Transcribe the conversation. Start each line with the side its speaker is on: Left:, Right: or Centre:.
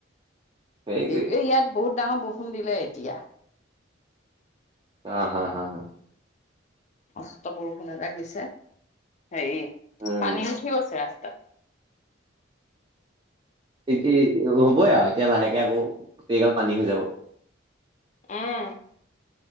Right: সেইটোৱে
Left: দেব্‌, এইয়াত বহুত ডাঙৰ বৰষুণ দিলে এতিয়া।
Right: আঁ, হাঁ হাঁ হাঁহ্‌
Left: মস্ত বৰষুণ এজাক দিছে, হেৰি
Right: উম,
Left: পানী উঠি গৈছে ৰাস্ত তাত্‌
Right: ইত্‌তি, হ'বই আৰু এতিয়া লাহেকে আকৌ গোটেইগাল পানী হৈ যাব।
Left: উম,